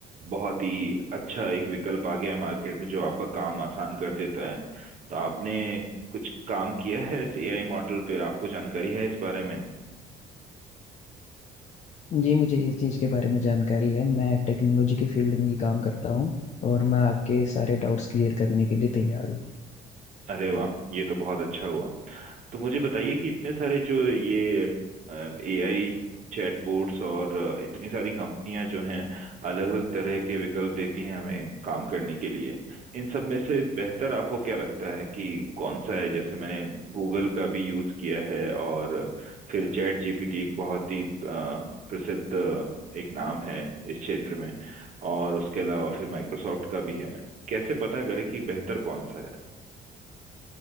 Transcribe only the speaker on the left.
जी मुझे इस चीज़ के बारे में जानकारी है मैं टेक्नोलॉजी की फील्ड में ही काम करता हूँ और मैं आपके सारे डाउट्स क्लियर करने के लिए तैयार हूँ